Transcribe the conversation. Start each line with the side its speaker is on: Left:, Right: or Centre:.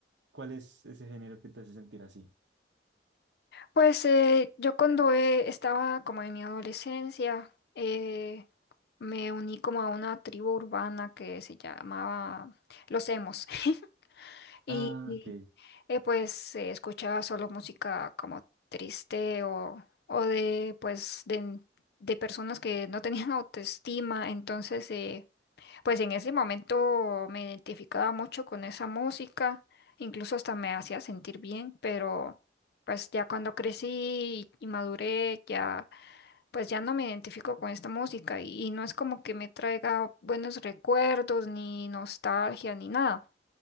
Right: ¿Cuál es ese género que te hace sentir así?
Left: Pues eh, yo cuando eh, estaba como en mi adolescencia, eh, me uní como a una tribu urbana que se llamaba Los Emos. <laughs> Y
Right: Ah,
Left: y,
Right: ok.
Left: eh, pues se escuchaba solo música como triste o, o de pues de, de personas que no tenían <laughs> autoestima. Entonces eh, pues en ese momento me identificaba mucho con esa música, incluso hasta me hacía sentir bien, pero pues ya cuando crecí y maduré, ya pues ya no me identifico con esta música y, y no es como que me traiga buenos recuerdos, ni nostalgia, ni nada.